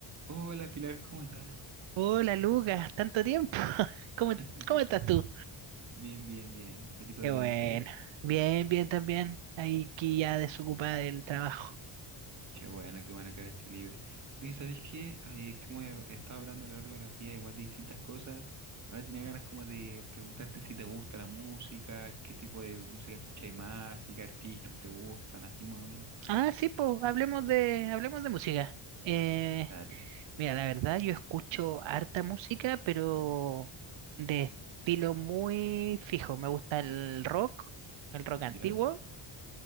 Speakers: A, on the right; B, on the right.
A: Hola Pilar, ¿cómo estás?
B: Hola Lucas, tanto tiempo. <laughs> ¿Cómo,
A: <laughs>
B: cómo
A: Tan-
B: estás tú?
A: Bien, bien, bien. Aquí todo
B: Qué bueno.
A: bien. ¿Y usted?
B: Bien, bien también. Aquí ya desocupada del trabajo.
A: Qué bueno, qué bueno que ahora esté libre. Oye, ¿sabéis qué? Ay, como he he estado hablando a lo largo de los días, igual de distintas cosas, ahora tenía ganas como de preguntarte si te gusta la música, qué tipo de música escucháis más, y qué artistas te gustan, así más o menos.
B: Ah, sí, pues, hablemos de, hablemos de música. Eh,
A: Dale.
B: mira, la verdad, yo escucho harta música, pero de estilo muy fijo. Me gusta el rock, el rock antiguo.
A: ¿Ya?